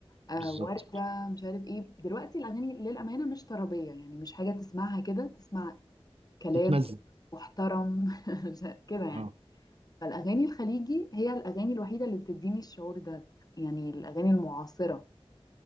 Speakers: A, on the left; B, on the right.
A: آه
B: بالظبط
A: ورده مش عارف ايه دلوقتي الاغاني للامانه مش طربيه يعني مش حاجه تسمعها كده تسمع كلام
B: تتمزج
A: محترم <laughs> مش عارف- كده يعني
B: أه
A: فالاغاني الخليجي هي الاغاني الوحيده اللي بتديني الشعور ده يعني الاغاني المعاصره